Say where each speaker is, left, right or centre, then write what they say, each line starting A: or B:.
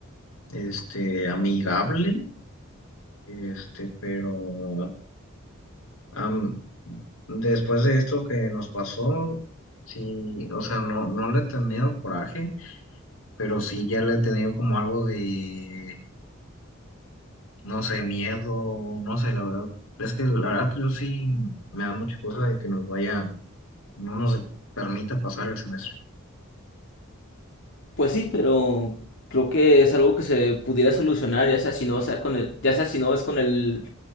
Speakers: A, on the left; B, on the left.
A: este, amigable, este, pero... am- Después de esto que nos pasó, sí, o sea, no, no le he tenido coraje, pero sí ya le he tenido como algo de, no sé, miedo, no sé, la verdad, es que la verdad yo sí me da mucha cosa de que nos vaya, no nos permita pasar el semestre.
B: Pues sí, pero creo que es algo que se pudiera solucionar, ya sea si no, sea con el, ya sea si no es con el